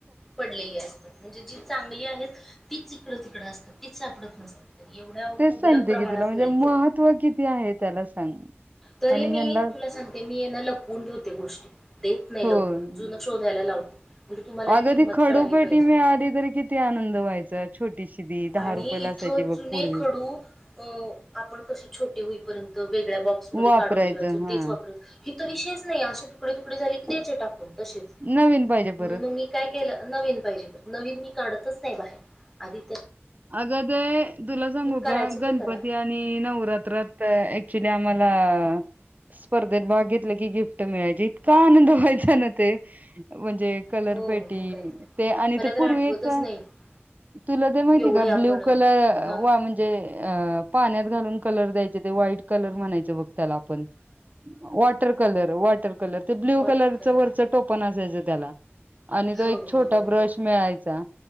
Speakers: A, in the centre; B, on the right.
A: पडलेली असतात म्हणजे जी चांगली आहेत तीच इिकडं तिकडं असतात ती सापडत नसतात तर एवढ्या
B: तेच
A: मुबलक
B: सांगते
A: प्रमाणात
B: की तुला म्हणजे
A: मिळत
B: महत्त्व किती आहे त्याला सांग
A: तरी
B: आणि
A: मी
B: ह्यांना
A: तुला सांगते मी यांना लपवून ठेवते गोष्टी देत नाही
B: हो.
A: लवकर जुनं शोधायला लावते म्हणजे तुम्हाला ही
B: अगं
A: किंमत
B: ती खडूपेटी
A: कळाली पाहिजे
B: मिळाली तरी किती आनंद व्हायचा छोटीशी ती दहा
A: आणि
B: रुपयाला
A: इथ
B: असायची बघ
A: जुने
B: पूर्वी
A: खडू अ आपण कसे छोटे होईपर्यंत वेगळ्या बॉक्समध्ये
B: वापरायचं
A: काढून ठेवायच
B: हा
A: तेच वापर ही तर विषयच नाही असे तुकडे तुकडे झाले की द्याचे टाकून तच
B: नवीन पाहिजे
A: म्हणून
B: परत
A: मग मी काय केलं नवीन पाहिजे नवीन मी काढतच नाही बाहेर आधिक
B: अग ते तुला सांगू
A: करायचं
B: का गणपती
A: ते करा
B: आणि नवरात्रात ऍक्च्युली आम्हाला ला स्पर्धेत भाग घेतलं की गिफ्ट मिळायचे इतका आनंद व्हायचा ना ते म्हणजे कलरपेटी
A: हो मग काय तर
B: ते आणि
A: मला
B: ते
A: तर
B: पूर्वी
A: आठवतच
B: एक
A: नाही
B: तुला ते माहिती
A: एवढे
B: त
A: आपण
B: ब्ल्यू
A: हां
B: कलर वा म्हणजे पाण्यात घालून कलर द्याय वट कलर म्हणायच ब त्याला आप वॉटर कलर वॉटर कलर ते ब्ल्यू
A: वॉटर
B: कलरच
A: कलर
B: वरच टोपण असायचं त्याला आणि तो
A: हो
B: एक
A: हो
B: छोटा
A: हो
B: ब्रश
A: हो
B: मिळायचा